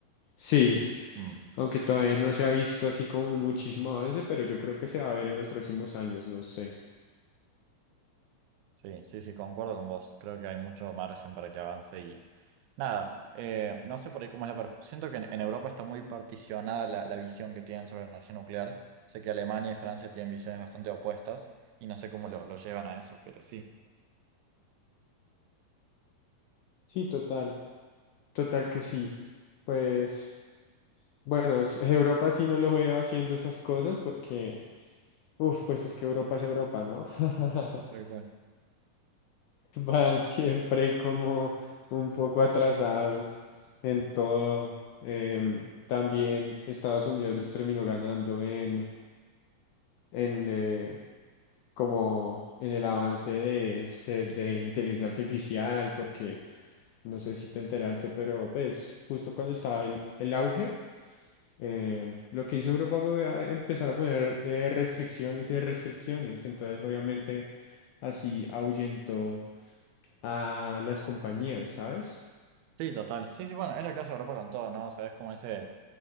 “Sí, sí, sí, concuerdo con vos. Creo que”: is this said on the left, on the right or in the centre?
Right